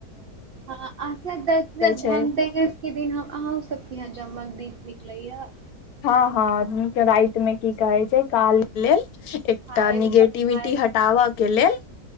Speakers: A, on the right (about 80°); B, on the left (about 75°).
A: ह अहां सबके धनतेरस
B: छै
A: के दिन हम अहाओ सबके यहा जगमग दीप निकलै य
B: हँ हँदम के राति मे की कहे छै काल लेल एकटा
A: खाय
B: नेगेटिविटी
A: सब खाय
B: हटाबऽ
A: सब
B: के लेल